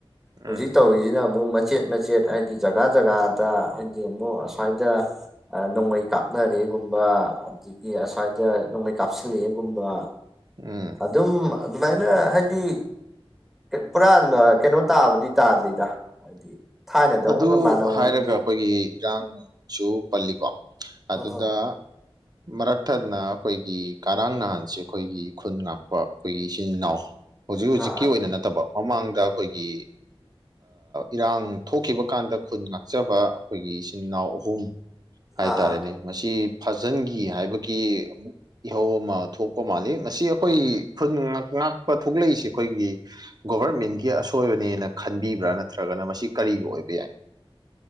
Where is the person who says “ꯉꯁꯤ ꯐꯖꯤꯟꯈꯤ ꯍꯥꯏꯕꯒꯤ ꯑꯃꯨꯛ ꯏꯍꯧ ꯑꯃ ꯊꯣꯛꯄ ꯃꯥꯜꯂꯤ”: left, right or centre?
Right